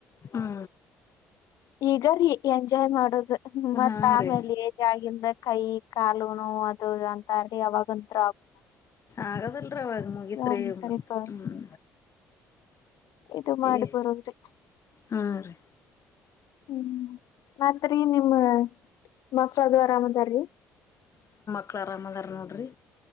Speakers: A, on the left; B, on the left.
A: ಹಾ
B: ಈಗ ರೀ ಎಂಜಾಯ್ ಮಾಡೋದು ಮತ್
A: ಹಾ
B: ಆಮೇಲೆ
A: ರೀ
B: ಏಜ್ ಆಗಂದ ಕೈ ಕಾಲು ನೋವು ಅದು ಇದು ಅಂತರಿ ಅವಾಗಂತ್
A: ಆಗದಿಳ್ರಿ ಅವಾಗ ಮುಗತ್ರರಿ
B: ಒಂದ್ ಸ್ವಲ್ಪ
A: ಮತ್ತ ಹ್ಮ್
B: ಇದು ಮಾಡಿ
A: ಏ
B: ಬರುದ್ರಿ
A: ಹಾ ರೀ
B: <inaudible> ಹ್ಮ್ ರೀ ನಿಮ್ಮ ಮಕ್ಕಳು ಅದು ಅರಾಮದಾರೀ
A: ಮಕ್ಕಳು ಆರಾಮಾದರೆ ನೋಡ್ರರಿ